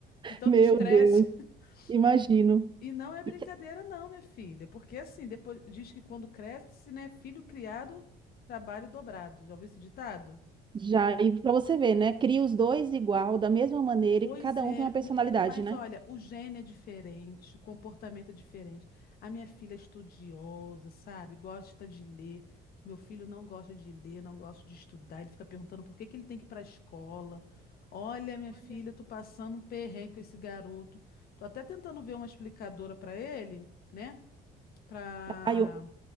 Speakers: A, on the left; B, on the right.
A: De tanto
B: Meu
A: estresse.
B: Deus,
A: <laughs>
B: imagino.
A: E, n- e não é brincadeira,
B: E-
A: não, minha filha. Porque assim, depois diz que quando cresce, né, filho criado, trabalho dobrado. Já ouviu esse ditado?
B: Já, e pra você ver, né? Cria os dois igual, da mesma maneira,
A: Pois
B: e cada
A: é,
B: um tem uma personalidade,
A: menina, mas
B: né?
A: olha, o gene é diferente, o comportamento é diferente. A minha filha é estudiosa, sabe? Gosta de ler. Meu filho não gosta de ler, não gosta de estudar. Ele fica perguntando por que que ele tem que ir para a escola. Olha, minha
B: Olha,
A: filha, eu tô passando um perrengue com esse garoto. Tô até tentando ver uma explicadora para ele, né? Para
B: Ai, eu-